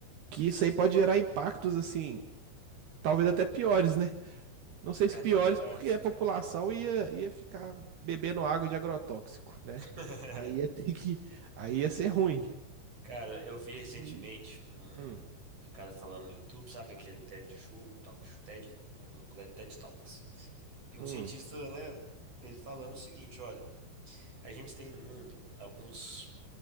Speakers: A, on the right; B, on the right.
A: que isso aí pode gerar impactos, assim Talvez até piores, né? Não sei
B: É
A: se
B: até
A: piores,
B: pior
A: porque
B: esse
A: a
B: cara.
A: população ia, ia ficar bebendo água de agrotóxico, né?
B: <laughs>
A: Aí ia ter que. Aí ia ser ruim.
B: Cara, eu vi recentemente
A: E-
B: um
A: Hum,
B: um cara falando no YouTube, sabe, aquele TED Show, Talk Show, TED, alguma coisa, é TED Talks. E um
A: hum,
B: cientista, né, ele falando o seguinte, olha, a gente tem no mundo alguns